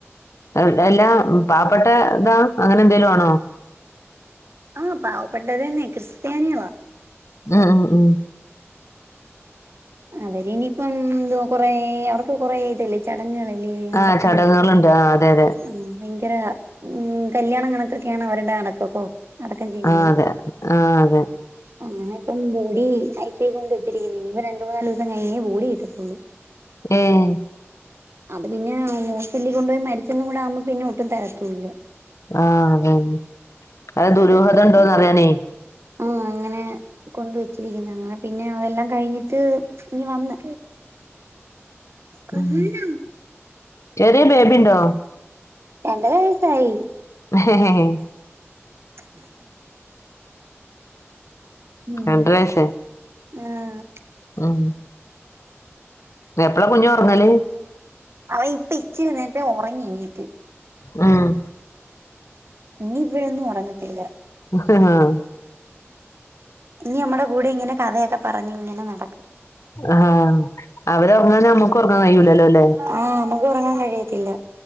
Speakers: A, on the left; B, on the right.
A: ഉംഹ് എല്ലാ പാവപ്പെട്ട ഇതാ അങ്ങനെ എന്തേലും ആണോ
B: ആഹ് പാവപ്പെട്ടവര്തന്നെ ക്രിസ്ത്യാനികളാ
A: ഉം ഉംഹ്
B: അവര് ഇനിയിപ്പം കൊറേ അവർക്ക് കൊറെ ഇത് ഇല്ലേ ചടങ്ങുകളല്ലേ ഈ
A: ആഹ്
B: അടക്കാൻ
A: ചടങ്ങുകളുണ്ട്
B: നേരത്തൊക്കെ
A: ആഹ് അതെ അതെ
B: ആഹ് ഭയ ങ്കര ഉം കല്യാണം കണക്കൊക്കെയാണ് അവരുടെ അടക്കൊക്കോ അടക്കം ചെയ്യുന്നത്
A: ആഹ് അതെ ആഹ് അതെ
B: അങ്ങനെ ഇപ്പം ബോഡി ഐസ്യുവിക്കൊണ്ട് വെച്ചിരിക്കുന്നു ഇനിയിപ്പ രണ്ടു മൂന്നാല് ദിവസം കഴിഞ്ഞേ ബോഡി കിട്ടത്തുള്ളൂ
A: ഏഹ്
B: അത് പിന്നെ ഹോസ്പിറ്റലിൽ കൊണ്ടുപോയി മരിച്ചന്നും കൂടെ ആകുമ്പോ പിന്നെ ഒട്ടും തരത്തൂല്ല
A: ആഹ് അതന്നെ അത് ദുരൂഹത ഉണ്ടോന്ന് അറിയാനേ
B: ഉം അങ്ങനെ കൊണ്ടുവെച്ചിരിക്കുന്നു അങ്ങനെ പിന്നെ അതെല്ലാം കഴിഞ്ഞിട്ട് ഇങ്ങ് വന്ന് രണ്ടര
A: ഉം ചെറിയ ബേബി ഉണ്ടോ
B: വയസായി
A: <unintelligible>
B: <unintelligible> ഉം
A: രണ്ടര വയസ്സായി
B: ആഹ്
A: ആഹ് എപ്പളാ കുഞ്ഞ് ഉറങ്ങല്
B: അവ ഇപ്പം ഇച്ചിരി നേരത്തെ ഉറങ്ങി എണീറ്റ്
A: ആഹ്
B: ഇനി ഇപ്പഴൊന്നും ഉറങ്ങത്തില്ല
A: ആഹ്
B: ഇനി നമ്മടെ കൂടെ ഇങ്ങനെ കഥയൊക്കെ പറഞ്ഞ് ഇങ്ങനെ നടക്കും
A: ആഹ് അവര് ഉറങ്ങാതെ നമ്മുക്ക് ഉറങ്ങാൻ കഴിയൂലല്ലോ അല്ലേ
B: ആഹ് നമുക്ക് ഉറങ്ങാൻ കഴിയത്തില്ല